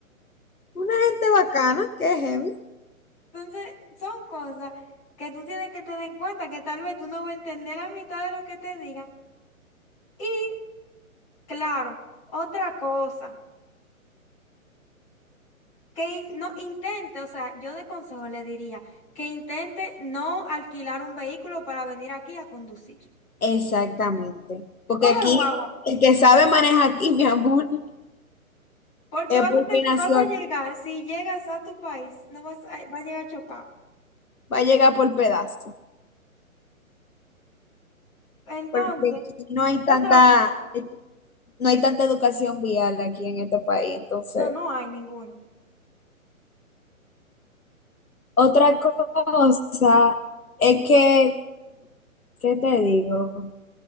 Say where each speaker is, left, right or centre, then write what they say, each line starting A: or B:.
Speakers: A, on the left (about 80°); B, on the left (about 25°).
A: Una gente bacana, ¿qué heavy?
B: Entonces, son cosas que tú tienes que tener en cuenta, que tal vez tú no vas a entender la mitad de lo que te digan. Y, claro, otra cosa. Que in- no intente, o sea, yo de consejo le diría que intente no alquilar un vehículo para venir aquí a conducir.
A: Exactamente. Porque
B: Coge
A: aquí,
B: el guagua,
A: el que sabe maneja aquí, <laughs> mi amor.
B: porque
A: es
B: vas
A: porque
B: a, te-
A: nació
B: vas a
A: aquí,
B: llegar, si llegas a tu país, no vas a, vas a llegar chocado.
A: va a llegar por pedazo,
B: Entonces,
A: porque aquí no hay
B: ¿qué
A: tanta,
B: otra cosa?
A: no hay tanta educación vial aquí en este país, entonces.
B: No, no hay ninguna.
A: Otra cosa es que, ¿qué te digo?